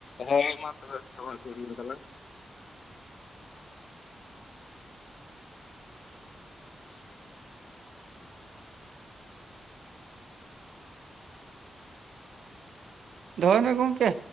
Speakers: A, on the left; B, on the right.
A: ᱦᱮᱸ ᱢᱟ ᱛᱚᱵᱮ ᱥᱚᱢᱚᱭ ᱠᱚ ᱦᱩᱭᱮᱱ ᱛᱟᱞᱟᱝ
B: ᱫᱚᱦᱚᱭ ᱢᱮ ᱜᱚᱝᱠᱮ